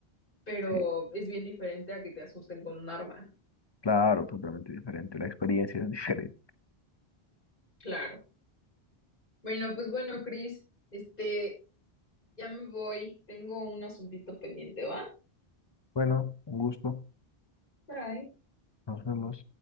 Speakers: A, on the left (about 55°); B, on the left (about 25°).
A: pero
B: sí.
A: es bien diferente a que te asusten con un arma,
B: Claro, totalmente diferente. La experiencia es diferente.
A: claro. Bueno, pues bueno, Chris, este, ya me voy, tengo un asuntito pendiente, ¿va?
B: Bueno, un gusto.
A: Bye.
B: Nos vemos.